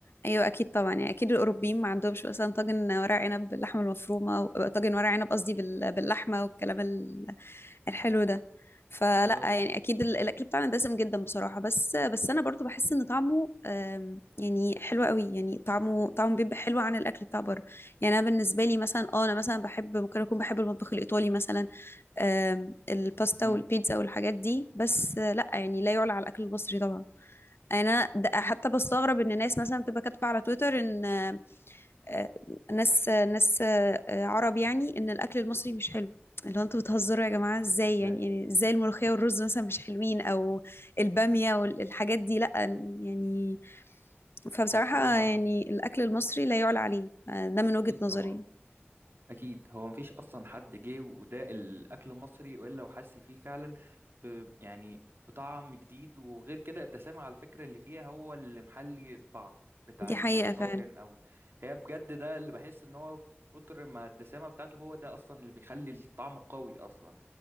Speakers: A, on the left; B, on the right.
A: ايوه اكيد طبعا يعني اكيد الاوروبيين ما عندهمش مثلا طاجن ورق عنب باللحمه المفرومه و- طاجن ورق عنب قصدي بال- باللحمه والكلام ال- الحلو ده فلا
B: بالظبط
A: يعني اكيد ال- الاكل بتاعنا دسم جدا بصراحه بس بس انا برضو بحس ان طعمه آم، يعني حلو قوي يعني طعمه طعمه بيبقى حلو عن الاكل بتاع بره يعني انا بالنسبه لي مثلا اه انا مثلا بحب ممكن اكون بحب المطبخ الايطالي مثلا آم، الباستا
B: امم
A: والبيتزا والحاجات دي بس آه، لا يعني لا يعلى على الاكل المصري طبعا انا د- حتى بستغرب ان ناس مثلا بتبقى كاتبه على تويتر ان آه، آه، ناس آه، ناس آه، آه، عرب يعني ان الاكل المصري مش حلو اللي هو انتوا بتهزروا يا جماعه ازاي
B: ازاي
A: يعني يعني ازاي الملوخيه والرز مثلا مش حلوين او الباميه والحاجات دي لا يعني فبصراحه
B: هو الصراحه
A: يعني الاكل المصري لا يعلى عليه آه، ده من وجهه
B: اكيد طبعا
A: نظري
B: اكيد هو مفيش اصلا حد جه وده الاكل المصري والا وحس فيه فعلا ب يعني بطعم جديد وغير كده الدسامه على فكره اللي فيها هو اللي محلي الطعم بتاع
A: دي حقيقه
B: الطاجن
A: فعلا
B: او هي بجد ده اللي بحس ان هو كتر ما الدسامه بتاعته هو ده اصلا اللي بيخلي الطعم قوي اصلا